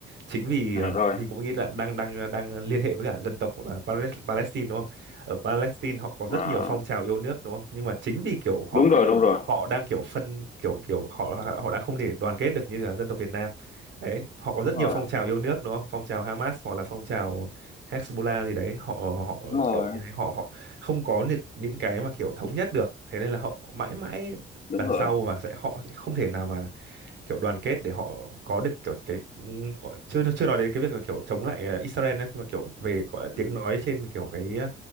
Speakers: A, on the right; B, on the left.
A: chính vì
B: à,
A: ờ,
B: rồi
A: mình cũng nghĩ là đang đang đang liên hệ với cả dân tộc là Pales- Palestine đúng không ở Palestine họ có rất
B: à,
A: nhiều phong trào yêu nước đúng không nhưng mà chính vì kiểu họ
B: đúng rồi đúng rồi
A: họ đang kiểu phân kiểu kiểu họ họ đang không thể đoàn kết được như là dân tộc Việt Nam đấy họ có
B: đúng
A: rất
B: rồi
A: nhiều phong trào yêu nước đúng không phong trào Hamas hoặc là phong trào Hezbollah gì đấy họ họ
B: đúng rồi
A: kiểu như thế họ họ không có những những cái mà kiểu thống nhất được thế nên là họ mãi mãi
B: đúng
A: đằng
B: rồi
A: sau và sẽ họ sẽ không thể nào mà kiểu đoàn kết để họ có được kiểu cái ừm, gọi- chưa chưa nói đến cái việc là kiểu chống lại ờ, Israel đấy nhưng mà kiểu về gọi là
B: ừ,
A: tiếng nói trên kiểu cái ờ,